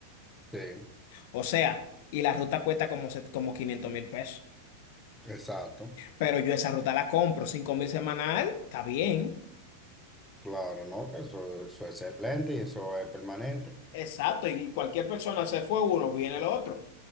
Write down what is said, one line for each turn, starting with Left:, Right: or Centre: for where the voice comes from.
Centre: Sí,
Left: O sea, y la ruta cuesta como, se- como quinientos mil pesos.
Centre: exacto.
Left: Pero yo esa ruta la compro, cinco mil semanal, está bien.
Centre: Claro, ¿no? Que Eso, eso es excelente y eso es permanente.
Left: Exacto, y cualquier persona se fue uno, viene el otro.